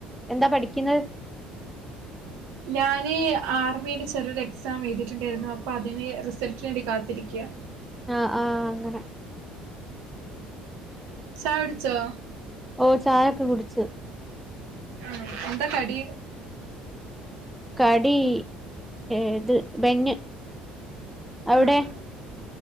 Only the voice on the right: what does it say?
ഞാന് ആർമിന്റെ ചെറിയൊരു എക്സാം എയ്തിട്ടുണ്ടായിരുന്നു. അപ്പൊ അതിന് റിസൾട്ടിന് വേണ്ടി കാത്തിരിക്ക.
ചായുടിചോ?
ആണോ, എന്താ കടി?
ആ ആ